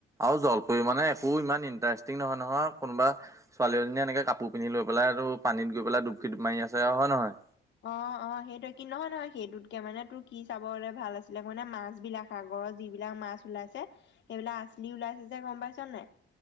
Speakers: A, on the right; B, on the left.
A: আৰু জলপৰী মানে একো ইমান ইণ্টাৰেষ্টিং নহয়, নহয় কোনোবা ছোৱালী এজনীয়ে এনেকে কাপোৰ পিন্ধি লৈ পেলাই পানীত গৈ পেলাই ডুপকী মাৰি আছে আৰু হয় নহয়।
B: অ', অ', সেইটো কি নহয় নহয় সেইটোতকে মানে তোৰ কি চাবলে ভাল আছিলে মানে মাছ বিলাক সাগৰৰ যিবিলাক মাছ ওলাইছে সেইবিলাক আচলি ওলাইছে যে গ'ম পাইছ নে নাই।